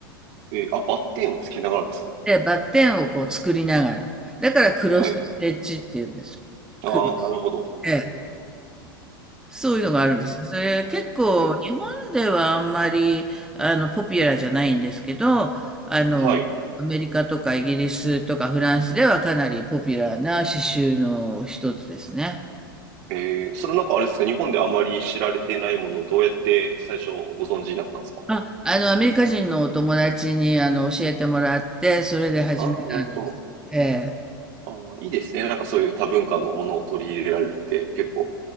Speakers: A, on the right (about 60°); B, in the centre.
A: えーあ、バッテンをつけながらですか
B: で、バッテンをこう作りながら。だからクロスステッチっていうんです。
A: はい。ああ、
B: く
A: なるほど。
B: ええそういうのがあるんですよ。
A: えー
B: それ結構日本ではあんまりあのポピュラーじゃないんですけど、
A: うん、
B: あの、
A: はい。
B: アメリカとかイギリスとかフランスではかなりポピュラーな刺繍の一つですね。
A: えー、それなんかあれですか日本であまり知られていないものをどうやって最初ご存知になったんですか
B: あ、あの、アメリカ人のお友達にあの教えてもらって、それで始めたんです。
A: ああー、なるほど。
B: ええ
A: ああ、いいですね。なんかそういう多文化のものを取り入れられるって結構